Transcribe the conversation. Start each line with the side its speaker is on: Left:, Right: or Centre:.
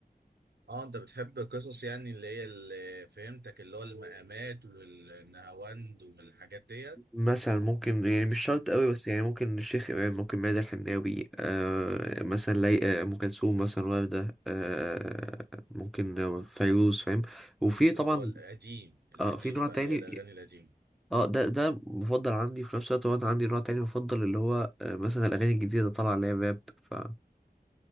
Right: اه انت بتحب قصص يعني اللي هي اللي فهمتك اللي هو المقامات والنهاوند والحاجات ديت
Centre: مثلا ممكن يعني مش شرط
Right: اه
Centre: قوي بس يعني ممكن الشيخ إمام ممكن ميادة الحناوي آه مثلا لي آه، أم كلثوم مثلا وردة آه ممكن فيروز فاهم وفي
Right: اللي
Centre: طبعا
Right: هو القديم القديم
Centre: آه في نوع
Right: بقى
Centre: تاني
Right: اللي هي الاغاني القديمه
Centre: اه ده ده مفضل عندي في نفس الوقت برضه عندي نوع تاني مفضل اللي هو آه مثلا الأغاني الجديدة طالعة اللي هي راب ف...